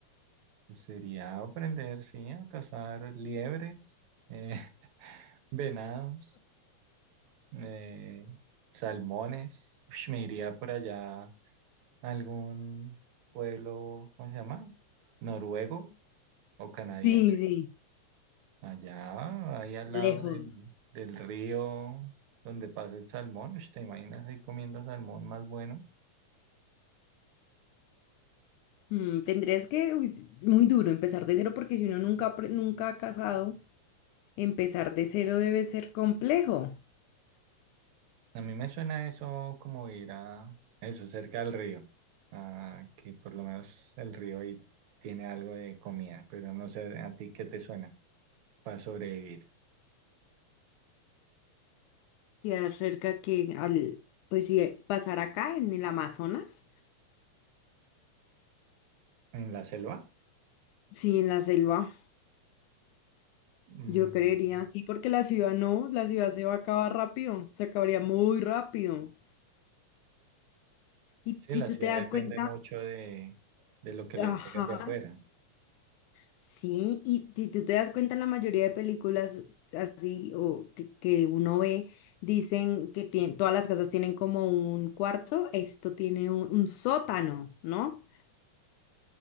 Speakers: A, on the right (about 75°); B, on the left (about 85°).
A: pues sería aprender, sí, a cazar liebres, eh, <laughs> venados, eh, salmones. Ush, me iría por allá a algún pueblo, ¿cómo se llama? Noruego o canadiense
B: Sí, sí,
A: Allá, ahí al
B: lejos.
A: lado del, del río donde pasa el salmón, ush, ¿te imaginas ahí comiendo salmón más bueno?
B: Mm, tendrías que, uy, muy duro, empezar de cero, porque si uno nunca, apre- nunca ha casado, empezar de cero debe ser complejo.
A: A mí me suena eso como ir a eso, cerca del río, ah, que por lo menos el río ahí tiene algo de comida, pero no sé a ti qué te suena para sobrevivir.
B: Queda cerca que al, pues sí, pasar acá en el Amazonas.
A: ¿En la selva?
B: Sí, en la selva,
A: Mm,
B: yo creería, sí, porque la ciudad no, la ciudad se va a acabar rápido, se acabaría muy rápido. Y
A: sí,
B: si
A: la
B: tú
A: ciudad
B: te das
A: depende
B: cuenta,
A: mucho de, de lo que le
B: ajá,
A: traigan de afuera.
B: sí, y si tú te das cuenta, la mayoría de películas así o que, que uno ve, dicen que tien- todas las casas tienen como un cuarto, esto tiene un, un sótano, ¿no?